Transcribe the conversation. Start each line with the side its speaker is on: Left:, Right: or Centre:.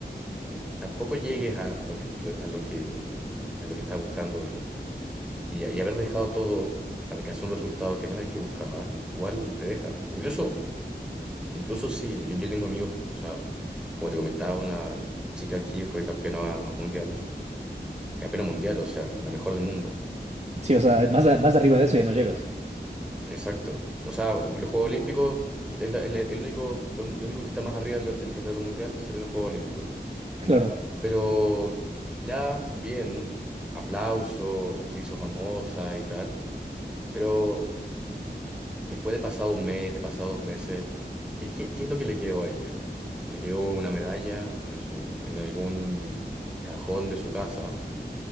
Centre: mm, tampoco llegues a, a lo que, a lo que, a lo que estás buscando Y, y haber dejado todo para alcanzar un resultado que no es el que buscaba, igual te deja. Incluso, incluso si yo, yo tengo amigos, o sea, como te comentaba, una chica aquí fue campeona mundial, campeona mundial, o sea, la mejor del mundo.
Right: Sí, o sea, más, a- más arriba de eso ya no llegas.
Centre: Exacto. O sea, los Juegos Olímpicos es la- el, el único, lo, lo único que está más arriba del, del campeonato mundial son los Juegos Olímpicos.
Right: Claro.
Centre: Pero ya bien, aplauso, se hizo famosa y tal, pero Después de pasado un mes, de pasado dos meses, ¿qué, qué- qué es lo que le quedó a ella? Le quedó una medalla en su, en algún cajón de su casa